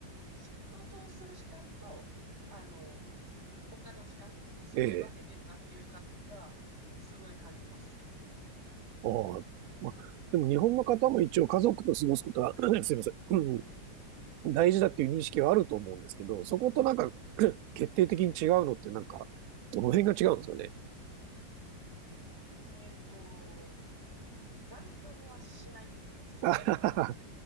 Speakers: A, on the right; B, on the right.
A: 仕事をする時間と、あの、他の時間をすごい分けてるなっていう感じは、
B: ええ、
A: すごい感じます。
B: ああ、ま、でも日本の方も一応家族と過ごすことは、<clears throat> すいません、うん大事だっていう認識はあると思うんですけど、そことなんか <clears throat> 決定的に違うのってなんか、どの辺が違うんですかね。
A: えっと、残業はしないっていう感じですかね。
B: <laughs> あはは